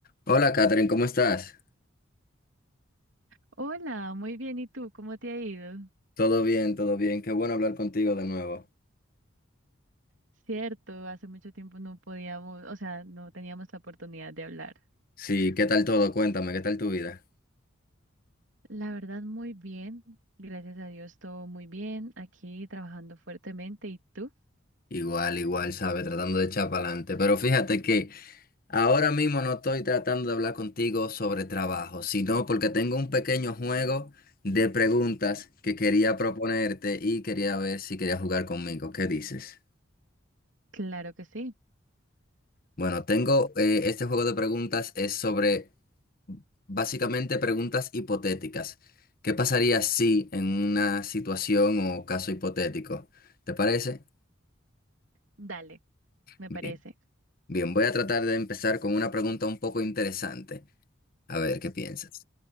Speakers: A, on the left; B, on the right.
A: Hola, Catherine, ¿cómo estás?
B: Hola, muy bien. ¿Y tú? ¿Cómo te ha ido?
A: Todo bien, todo bien. Qué bueno hablar contigo de nuevo.
B: Cierto, hace mucho tiempo no podíamos, o sea, no teníamos la oportunidad de hablar.
A: Sí, ¿qué tal todo? Cuéntame, ¿qué tal tu vida?
B: La verdad, muy bien. Gracias a Dios, todo muy bien. Aquí trabajando fuertemente. ¿Y tú?
A: Igual, igual, sabe, tratando de echar para adelante. Pero fíjate que ahora mismo no estoy tratando de hablar contigo sobre trabajo, sino porque tengo un pequeño juego de preguntas que quería proponerte y quería ver si querías jugar conmigo. ¿Qué dices?
B: Claro que sí.
A: Bueno, tengo eh, este juego de preguntas es sobre básicamente preguntas hipotéticas. ¿Qué pasaría si en una situación o caso hipotético? ¿Te parece?
B: Dale, me
A: Bien.
B: parece.
A: Bien, voy a tratar de empezar con una pregunta un poco interesante. A ver, ¿qué piensas?